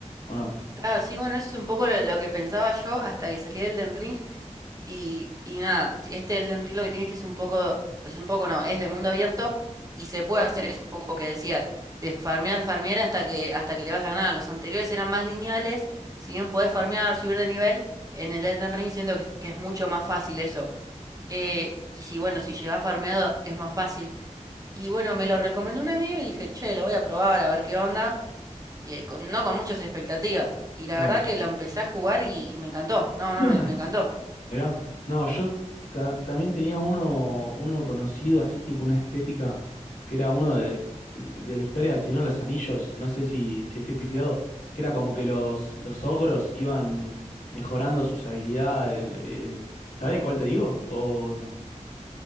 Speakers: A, on the left (about 85°); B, on the right (about 30°).
A: ¿o no?
B: Claro, sí, bueno, eso es un poco lo lo que pensaba yo hasta que salí del Elden Ring. Y, y nada, t- este Elden Ring lo que tienes que es un poco, es un poco no, es de mundo abierto y se puede hacer eso, un poco que decías, de farmear, farmear hasta que, hasta que le vas a ganar. Los anteriores eran más lineales, si bien podés farmear, subir de nivel, en el Elden Ring siento que, es que es mucho más fácil eso. Eh, y si bueno, si llegás farmeado es más fácil. Y bueno, me lo recomendó un amigo y dije, che, lo voy a probar a ver qué onda. y, eh, con- no con muchas expectativas. Y la
A: Claro.
B: verdad que lo empecé a jugar y, y me encantó. No, no,
A: <clears throat>
B: me, me encantó.
A: Mirá, no, yo ta- también tenía uno, uno conocido así, tipo una estética, que era uno de, de la historia del Señor de los Anillos, no sé si, si estoy pifiado, que era como que los, los ogros iban mejorando sus habilidades, eh, ¿sabés cuál te digo? O no.